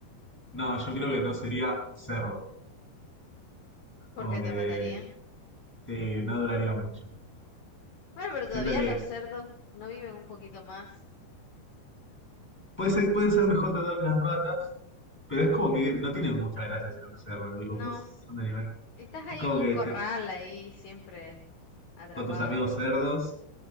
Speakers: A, in the centre; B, on the left (about 55°).
A: No, yo creo que no sería un cerdo.
B: ¿Por
A: Como
B: qué
A: que,
B: te matarían?
A: sí, no duraría mucho.
B: Bueno, pero
A: Siento
B: todavía
A: que
B: los cerdos no viven un poquito más.
A: puede ser, pueden ser mejor tratados que las ratas, pero es como que no tienen mucha gracia ser un cerdo. Digo,
B: No,
A: sos un animal. que-
B: estás ahí
A: Es como
B: en un
A: que
B: corral,
A: te-
B: ahí siempre atrapado.
A: con tus amigos cerdos,